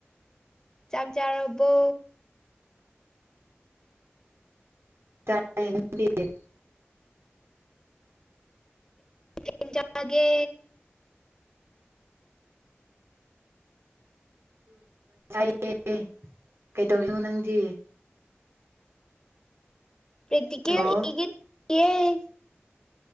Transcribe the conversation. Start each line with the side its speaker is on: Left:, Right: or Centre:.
Left: ꯆꯥꯛ ꯆꯥꯔꯕꯣ
Right: ꯇꯠ <unintelligible>
Left: ꯀꯩ ꯏꯟꯁꯥꯡ ꯆꯥꯒꯦ
Right: ꯌꯦ <unintelligible> ꯀꯩꯗꯧꯔꯤꯅꯣ ꯅꯪꯗꯤ
Left: ꯄꯦꯛꯇꯤꯀꯦꯜ
Right: ꯍꯜꯂꯣ
Left: ꯏꯒꯤ ꯇꯧꯔꯤꯌ‌ꯦ